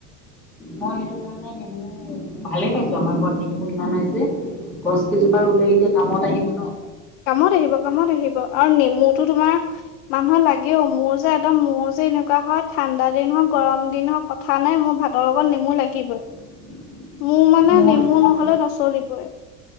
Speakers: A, in the centre; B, on the left.
A: মই সেইটো কাৰণে নেমু ভালে পাইছো আমাৰ ঘৰত নেমু ইমান হৈছে। গছ কেইজোপা ৰুলে এতিয়া কামত আহিব ন'?
B: কামত আহিব। কামত আহিব আৰু নেমুটো তোমাৰ মানুহৰ লাগেও মোৰ যে একদম মূৰ যে এনেকুৱা হয় ঠাণ্ডা দিন হওঁক গৰম দিন হওঁক কথা নাই মোৰ ভাতৰ লগত নেমু লাগিবই।
A: <inaudible>
B: মোৰ মানে
A: মোৰ
B: নেমু নহ'লে নচলিবই।